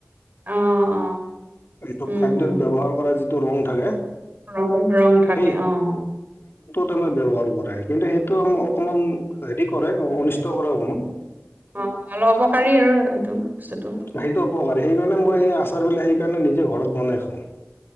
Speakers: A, on the right; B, on the left.
A: অ অ
B: এইটো
A: উম
B: খাদ্যয়ত
A: উম
B: ব্যৱহাৰ কৰা যিটো ৰং থাকে
A: ৰং ৰং থাকে
B: সেই
A: অ
B: ব্যৱহাৰ কৰে কিন্তু সেইটো অকণমান হেৰি কৰে অনিষ্ট কৰে অকমান
A: অ অলপ অপকাৰী আৰু এইটো বস্তুটো
B: সেইটো উপকাৰী সেইকাৰণে মই
A: অ
B: এই আচাৰবিলাক সেইকাৰণে নিজে ঘৰত বনাই খাওঁ